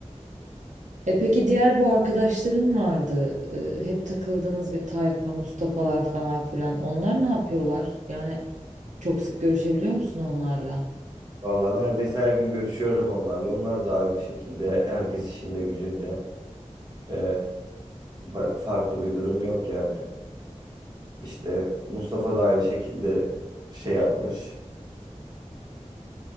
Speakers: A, on the right; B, on the right.
A: E peki diğer bu arkadaşların vardı. e, hep takıldığınız bir tayfa, Mustafa'lar falan filan. Onlar ne yapıyorlar? Yani çok sık görüşebiliyor musun onlarla?
B: Vallahi neredeyse her gün görüşüyorum onlarla. Onlar da aynı şekilde herkes işinde gücünde. E, ba- farklı bir durum yok yani. İşte Mustafa da aynı şekilde şey yapmış.